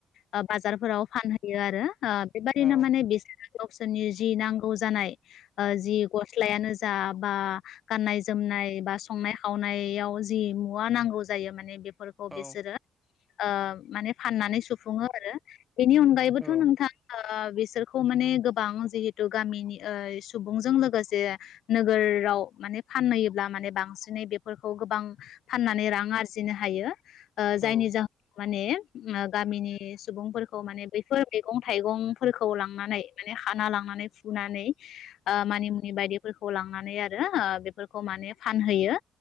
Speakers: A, on the left; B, in the centre.
A: ओ बाजारफोराव फानहैयो आरो ओ बेबादिनो
B: औ
A: माने बिसोरो गावसोरनि जि नांगौ जानाय ओ जि गस्लायानो जा बा गाननाय जोमनाय बा संनाय खावनायाव जि मुवा नांगौ जायो माने बे फोरखौ
B: औ
A: बिसोरो आ माने फाननानै सुफुङो आरो बेनि अनगायैबोथ
B: औ
A: नोंथाङा बिसोरखौ माने गोबां जिहेतु गामिनि ओ सुबुंजों लोगोसे नोगोराव माने फानहैयोब्ला माने बांसिनै बेफोरखौ गोबां फाननानै रां आरजिनो हायो ओ जायनि
B: औ
A: जाहोन माने गामिनि सुबुंफोरखौ माने बैफोर मैगं थाइगंफोरखौ लांनानै माने हाना लांनानै फुनानै मानिमुनि बायदिफोरखौ लांनानै आरो फोरफोरखौ माने फानहोयो